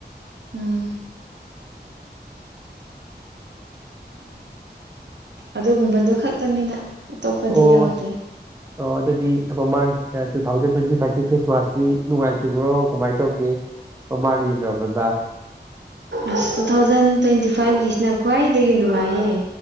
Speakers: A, on the right; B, on the right.
A: ꯎꯝ ꯑꯗꯨꯒꯨꯝꯕꯗꯨ ꯈꯛꯇꯅꯤꯗ ꯑꯇꯣꯞꯄꯗꯤ
B: ꯑꯣ
A: ꯌꯥꯎꯗꯦ
B: ꯑꯣ ꯑꯗꯨꯗꯤ ꯃꯃꯥꯡ ꯇꯨ ꯊꯥꯎꯖꯟ ꯇ꯭ꯋꯦꯟꯇꯤ ꯐꯥꯏꯚꯀꯤ ꯈ꯭ꯔꯤꯁꯃꯥꯁꯇꯤ ꯅꯨꯡꯉꯥꯏꯈꯤꯕ꯭ꯔꯣ ꯀꯃꯥꯏꯅ ꯇꯧꯒꯦ ꯃꯥꯃꯥꯛꯒ ꯌꯦꯜꯅꯕꯗ
A: ꯑꯁ ꯇꯨ ꯊꯥꯎꯖꯟ ꯇ꯭ꯋꯦꯟꯇꯤ ꯐꯥꯏꯚꯀꯤꯁꯤꯅ ꯈ꯭ꯋꯥꯏꯗꯒꯤ ꯅꯨꯡꯉꯥꯏꯌꯦ